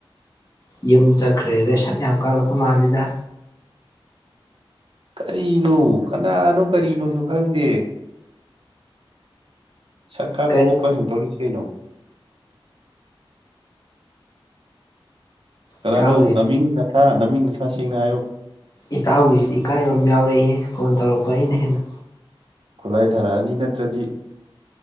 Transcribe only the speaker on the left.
ꯌꯨꯝ ꯆꯠꯈ꯭ꯔꯦꯗ ꯁꯛ ꯌꯥꯝ ꯀꯥꯛꯂꯛꯄ ꯃꯥꯜꯂꯤꯗ
ꯀꯔꯤ
ꯏꯇꯥꯎꯒꯤꯁꯤ
ꯏꯇꯥꯎꯒꯤꯁꯤꯗꯤ ꯏꯀꯥꯏꯕ ꯑꯃ ꯌꯥꯎꯔꯦꯍꯦ ꯐꯣꯟ ꯇꯧꯔꯛꯄ ꯑꯩꯅ ꯍꯦꯟꯅ